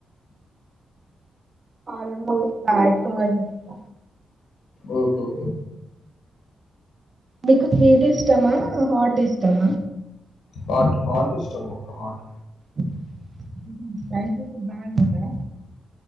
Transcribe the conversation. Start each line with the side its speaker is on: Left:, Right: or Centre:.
Right: హారర్ మూవీస్ బాగా ఎక్కువగా చూస్తా
Left: ఓహోహ
Right: మీకు స్వీట్ ఇష్టమా హాట్ ఇష్టమా
Left: హట్ హట్ ఇస్టమోట హట్
Right: ై బాగా వింటారా